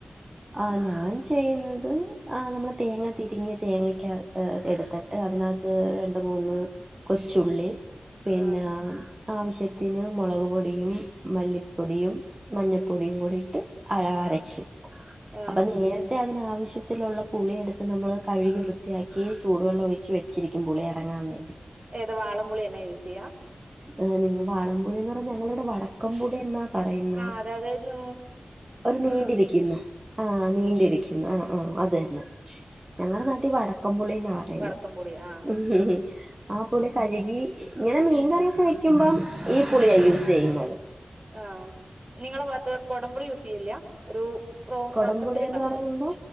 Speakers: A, on the right (about 25°); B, on the right (about 45°).
A: ആ ഞാൻ ചെയ്യുന്നത് ആ നമ്മള്
B: ഉം
A: തേങ്ങ തിരിങ്ങിയ തേങ്ങക്കകത്ത് എടുത്തിട്ട് അതിനകത്ത് രണ്ട് മൂന്ന് കൊച്ചുള്ളി
B: ഉം
A: പിന്നെ
B: ആഹ്
A: ആവശ്യത്തിന് മുളക് പൊടിയും മല്ലിപ്പൊടിയും മഞ്ഞപ്പൊടിയും കൂടിട്ട് അരക്കും
B: ഉം ആഹ്
A: അപ്പ നേര- ത്തിയതിനാവശ്യത്തിലുള്ള പുളിയെട്ത്ത് നമ്മൾ കഴുകി വൃത്തിയാക്കി ചൂടുവെള്ളം ഒഴിച്ച് വെ ശരിക്കും പുളി എറങ്ങാൻ വേണ്ടി.
B: ഏത് വാളംപുളിയെന്നെ യൂസെയ്യാ?
A: ഏഹ് നിങ്ങ വാളമ്പുളിന്നർ. ഞങ്ങള ഇവ്ടെ വടക്കം പുളിന്നാ പറയുന്നെ
B: ആഹ് അതായത് നൂ
A: ഒരു നീണ്ടിരിക്കും. ആഹ് നീണ്ടിരിക്കും ആഹ് ആഹ് അതന്നെ ഞങ്ങടെ നാട്ടി വടക്കംപുളിന്ന പറയുന്നെ.
B: വടക്കം പുളി ആ
A: ഉം ഹ്മ് ഹ് ആ പുളി കഴുകി ഇങ്ങനെ മീൻകറി
B: ഉം
A: ക്കെ വെക്കുമ്പോ ഈ പുളിയാ
B: ആഹ്
A: യൂസെയ്യുന്നെ
B: ആഹ് നിങ്ങള ബാത്ത് കൊടമ്പുളി യൂസെയ്യലില്ല ഒരു ഹ്
A: കൊടംപുളിന്ന്
B: വട്ടത്തിലുണ്ടാവല്ലോ
A: പറയുമ്പോ